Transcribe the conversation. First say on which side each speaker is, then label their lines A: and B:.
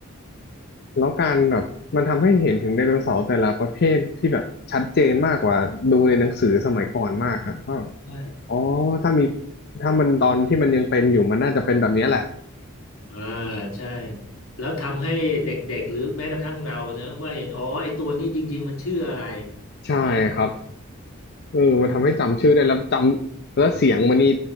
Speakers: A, on the left; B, on the left.
A: แล้วการแบบมันทำให้เห็นถึงไดโนเสาร์แต่ละประเภทที่แบบชัดเจนมากกว่าดูในหนังสือสมัยก่อนมากครับว่าแบบ
B: ใช่
A: อ๋อถ้ามีถ้ามันตอนที่มันยังเป็นอยู่มันน่าจะเป็นแบบเนี้ยแหละ
B: อ่าใช่แล้วทำให้เด็กๆหรือแม้กระทั่งเรานะว่าเห็นอ๋อไอตัวนี้จริงๆมันชื่ออะไร
A: ใช่ครับ
B: นะ
A: เออมันทำให้จำชื่อได้แล้วจำแล้วเสียงมันนี่